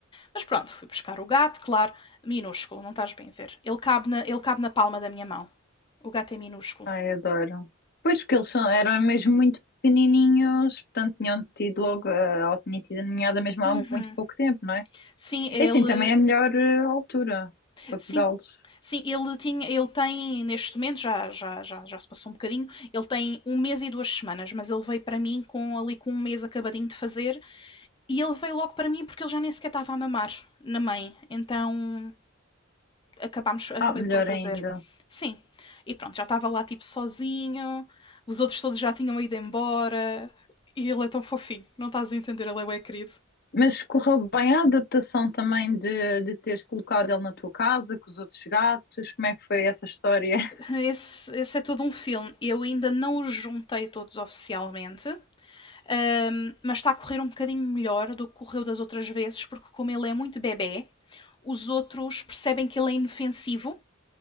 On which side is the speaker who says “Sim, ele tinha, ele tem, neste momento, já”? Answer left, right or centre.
Left